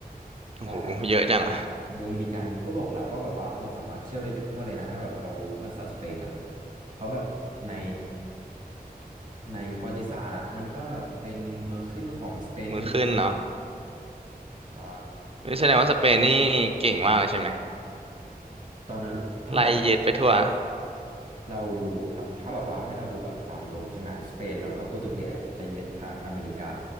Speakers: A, on the right; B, on the right.
A: โอ้โหเยอะจังอะ
B: ใช่คิวบาโดมินิกันก็บอกแล้วว่าแบบว่าเราสามารถเที่ยวได้ทั่วเลยนะถ้าแบบเรารู้ภาษาสเปนอ่ะเพราะแบบในในประวัติศาสตร์อะมันก็เป็นเมืองขึ้นของสเปนกันหมด
A: มือขึ้นเนาะ
B: ใช่
A: นี่แสดงว่าสเปนนี่เก่งมากเลยใช่ไหม
B: ตอนนั้นถ้าแบบว่า
A: ไล่เย็ดไปทั่ว
B: เราดูเราถ้าแบบว่าให้เราดูแบบตามตรงใช่ไหมสเปนแล้วก็โปรตุเกสอะจะยึดทางอเมริกา